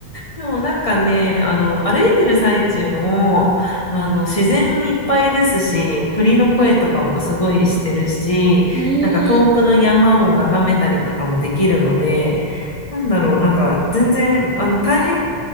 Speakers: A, on the left; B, on the right.
A: でもなんかね、あの、歩いてる最中も、あの、自然いっぱいですし、鳥の声とかもすごいしてるし、
B: うんうん。うーん。
A: なんか遠くの山を眺めたりとかもできるので、なんだろう、なんか全然、あの、大変、